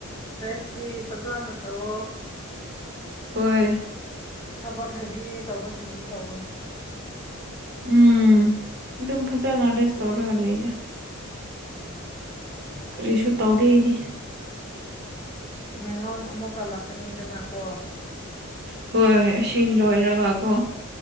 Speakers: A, on the left (about 25°); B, on the right (about 55°).
A: ꯔꯦꯁꯇꯤ ꯐꯖꯥꯅꯠꯇ ꯑꯣ
B: ꯍꯣꯏ
A: ꯊꯕꯛ ꯍꯥꯏꯕꯤ ꯇꯧꯕꯁꯤꯡꯗꯤ ꯇꯧꯒꯅꯨ
B: ꯎꯝ ꯑꯗꯨꯝ ꯐꯖꯅ ꯔꯦꯁ ꯇꯧꯔꯒ ꯂꯩꯗ
A: ꯎꯝ
B: ꯀꯔꯤꯁꯨ ꯇꯧꯗꯦ ꯑꯩꯗꯤ
A: ꯇꯃꯦꯡꯂꯣꯡ ꯑꯃꯨꯛꯀ ꯂꯥꯛꯀꯅꯤꯗꯅ ꯀꯣ
B: ꯍꯣꯏ ꯑꯁꯤ ꯂꯣꯏꯔꯒꯀꯣ